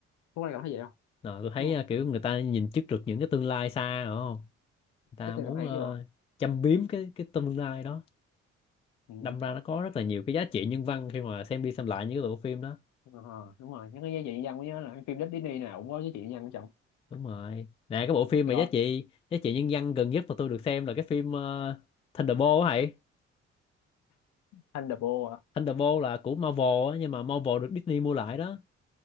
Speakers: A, on the left (about 55°); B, on the left (about 20°).
A: Phú Lan cảm thấy vậy không
B: Ờ, tôi thấy
A: đúng không
B: ờ, kiểu người ta nhìn trước được những cái tương lai xa rồi không? Người ta
A: Disney
B: muốn
A: làm hay
B: ờ,
A: chứ bộ
B: châm biếm cái cái tương lai đó
A: ừ.
B: đâm ra nó có rất là nhiều cái giá trị nhân văn khi mà xem đi xem lại những cái bộ phim đó
A: Ờ, đúng rồi nhắc đến giá trị nhân dân mới nhớ là cái phim Disney nào cũng có giá trị nhân dân của chồng
B: đúng rồi nè cái bộ phim mà
A: rồi
B: giá trị giá trị nhân văn gần nhất mà tôi được xem là cái phim uh, Thunderbolt á thầy
A: Thunderbolt à
B: Thunderbolt là của Marvel á nhưng mà Marvel được Disney mua lại đó